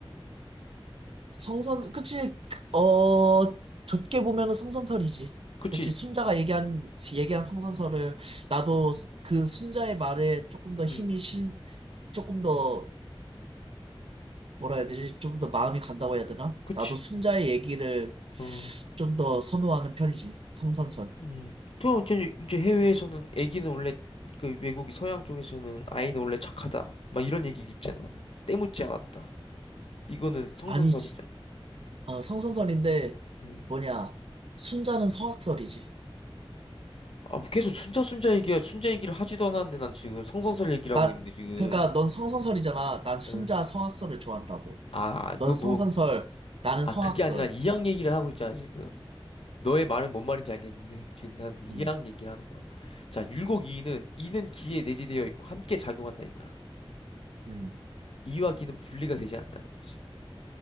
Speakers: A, on the right; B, on the left.
A: 성선, 그치, 그, 어, 좁게 보면은 성선설이지.
B: 그치?
A: 그치, 순자가 얘기한, 얘기한 성선설을, 나도 그 순자의 말에 조금 더 힘이
B: 음,
A: 실, 조금 더 뭐라 해야 되지? 좀 더 마음이 간다고 해야 되나?
B: 그치?
A: 나도 순자의 얘기를
B: 음,
A: 좀 더 선호하는 편이지. 성선설.
B: 음. 그럼 이제 이제 해외에서는 애기는 원래 그 외국이 서양 쪽에서는 아이는 원래 착하다. 막 이런 얘기 있잖아. 때묻지 않았다. 이거는 성선설이잖아.
A: 아니지. 어, 성선설인데
B: 음.
A: 뭐냐? 순자는 성악설이지.
B: 아, 뭐 계속 순자 순자 얘기야. 순자 얘기를 하지도 않았는데 난 지금 성선설 얘기를
A: 나
B: 하고 있는데 지금.
A: 그러니까 넌 성선설이잖아. 난 순자
B: 응.
A: 성악설을 좋아한다고.
B: 아,
A: 넌
B: 그
A: 성선설,
B: 뭐,
A: 나는
B: 아,
A: 성악설.
B: 그게 아니라 이양 얘기를 하고 있잖아, 지금. 너의 말은 뭔 말인지 알겠는데, 지금 난 이양
A: 음,
B: 얘기를 하는 거야. 자, 율곡 이는, 이는 기에 내재되어 있고 함께 작용한다 이거야.
A: 음,
B: 이와 기는 분리가 되지 않는다는 거지.